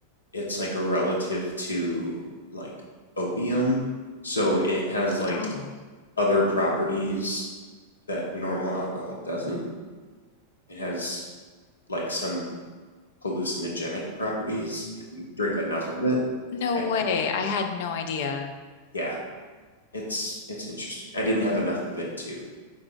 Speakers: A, on the left; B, on the left.
A: it's like a relative to like opium, so it has like
B: Oh.
A: other properties that normal alcohol doesn't. It has like some hallucinogenic properties if you drink enough of it.
B: No
A: I,
B: way. I had no idea.
A: yeah, it's it's interesting. I didn't have enough of it to,